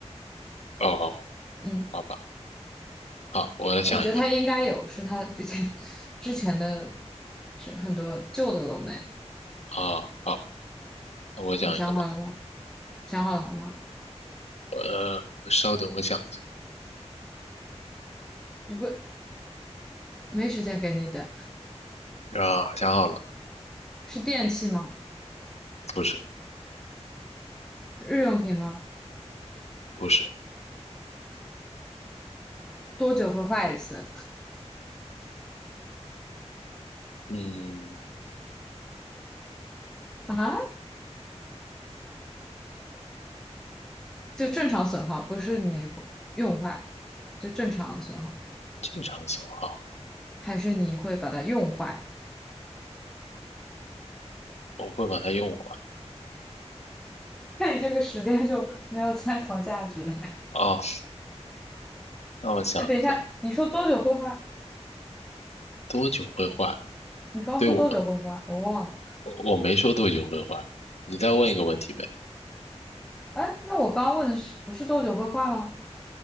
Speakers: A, on the left (about 70°); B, in the centre.
A: 哦，
B: 嗯。
A: 好吧，好，我来想一个。
B: 我觉得它应该有，是它之前 <laughs> 之前的，是很多旧的楼没，
A: 啊，好，那我想一个吧。
B: 你想好了吗？想好了吗？
A: 呃，我稍等，我想一下。
B: 你不没时间给你等，
A: 啊，想好了，
B: 是电器吗？
A: 不是，
B: 日用品吗？
A: 不是，
B: 多久会坏一次？
A: 嗯，
B: 啊，就正常损耗，不是你用坏，就正常损耗，
A: 正常损耗，
B: 还是你会把它用坏？
A: 我会把它用完。
B: <laughs> 那你这个时间就没有参考价值了呀。
A: 哦，那我想一下，
B: 哎，等一下，你说多久会坏？
A: 多久会坏？
B: 你刚说多久会坏，
A: 对我，
B: 我忘了。
A: 我我没说多久会还，你再问一个问题呗。
B: 哎，那我刚问的是不是多久会坏吗？